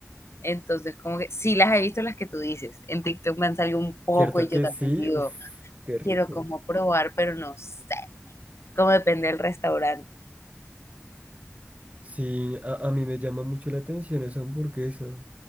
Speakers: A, on the left (about 65°); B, on the right (about 30°).
A: Entonces, como que sí las he visto las que tú dices. En TikTok me han salido un poco
B: cierto
A: y
B: que
A: yo también
B: sí,
A: digo,
B: uff, qué rico.
A: quiero como probar, pero no sé, como depende del restaurante.
B: Sí, a, a mí me llama mucho la atención esa hamburguesa.